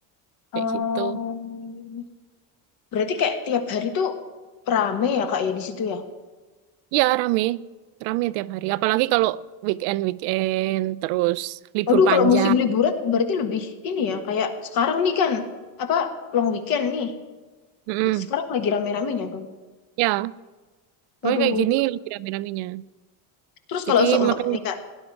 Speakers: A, on the right; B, on the left.
A: kayak
B: Oh.
A: gitu.
B: Berarti kayak tiap hari tuh rame ya kak ya di situ ya.
A: Iya, rame. Rame tiap hari. Apalagi kalau weekend-weekend, terus libur
B: Aduh
A: panjang.
B: kalau musim liburan berarti lebih ini ya kayak sekarang nih kan apa long weekend nih.
A: Mm-mm.
B: Berarti sekarang lagi rame-ramenya dong.
A: Ya, pokoknya
B: Waduh.
A: kayak gini lagi rame-ramenya.
B: Terus
A: Jadi
B: kalau seumpama
A: makanya,
B: nih kak,